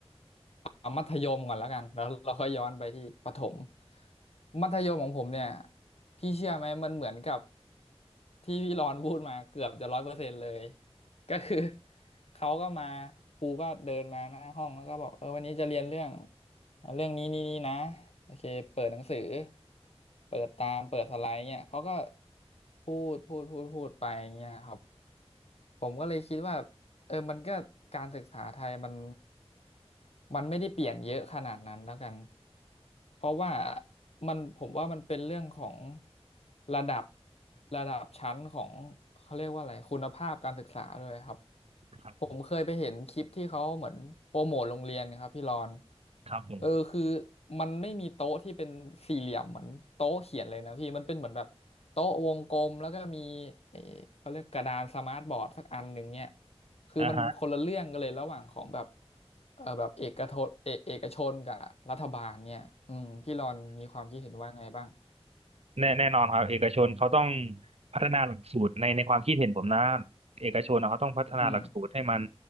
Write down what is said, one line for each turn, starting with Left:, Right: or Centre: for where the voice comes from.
Left: เอามัธยมก่อนแล้วกันแล้วเราค่อยย้อนไปที่ประถมมัธยมของผมเนี่ยพี่เชื่อไหมมันเหมือนกับที่พี่รอนพูดมาเกือบจะร้อยเปอร์เซ็นต์เลยก็คือเขาก็มาครูก็เดินมาหน้าห้องแล้วก็บอกเออวันนี้จะเรียนเรื่องเรื่องนี้นี่นี่นะโอเคเปิดหนังสือเปิดตามเปิดสไลด์เนี่ยเขาก็พูดพูดพูดพูดไปเนี่ยครับผมก็เลยคิดว่าเออมันก็การศึกษาไทยมัน มันไม่ได้เปลี่ยนเยอะขนาดนั้นแล้วกันเพราะว่ามันผมว่ามันเป็นเรื่องของระดับระดับชั้นของเขาเรียกว่าอะไรคุณภาพการศึกษาด้วยครับ
Right: ครับ
Left: ผมเคยไปเห็นคลิปที่เขาเหมือนโปรโมทโรงเรียนนะครับพี่รอน
Right: ครับผม
Left: เออคือมันไม่มีโต๊ะที่เป็นสี่เหลี่ยมเหมือนโต๊ะเขียนเลยนะพี่มันเป็นเหมือนแบบโต๊ะวงกลมแล้วก็มีเออเขาเรียกกระดานสมาร์ทบอร์ดสักอันหนึ่งเนี่ย คือมันคนละเรื่องกันเลยระหว่างของแบบ
Right: อ่าฮะ
Left: เออแบบเอกชนเอเอกชนกับรัฐบาลเนี่ยอืมพี่รอนมีความคิดเห็นว่าไงบ้าง
Right: แน่แน่นอนครับเอกชนเขาต้องพัฒนาหลักสูตรในในความคิดเห็นผมนะเอกชนนะเขาต้องพัฒนาหลักสูตรให้มัน
Left: อืม